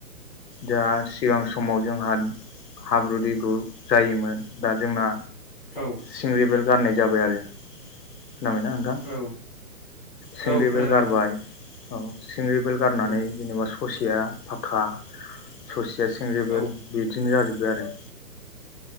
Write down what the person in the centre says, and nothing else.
औ
औ
औ खोनादों
नोंथां
उम
औ